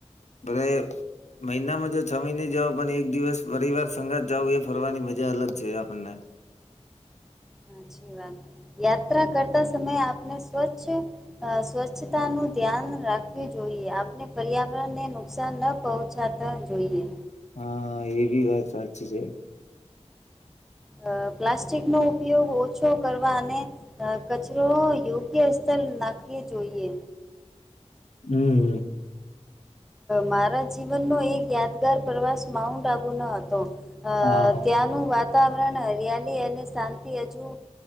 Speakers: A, on the left; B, in the centre.
A: ભલે મહિનામાં જો છ મહિ ને જાવ પણ એક દિવસ પરિવાર સગાત જાવું એ ફરવાની મજા અલગ છે આપણને
B: સાચી વાત યાત્રા કરતા સમયે આપને સ્વચ્છ સ્વચ્છ તા નું ધ્યાન રાખવું જોઈએ આપણે પર્યાવરણને નુકસાન ન પહોંચાતા જોઈએ.
A: હા એ બી વાત સાચી છે.
B: અ પ્લાસ્ટિકનો ઉપયોગ ઓ છો કરવા અને કચરો યોગ્ય સ્તર નાખવી જોઈએ.
A: હમ્મ હમ્મ
B: મારા જીવનનો એક યાદગાર પ્રવાસ માઉન્ટ આબુનો હતો. અ
A: હા.
B: ત્યાંનું વા તાવરણ હરિયાલી અને શાંતિ હજુ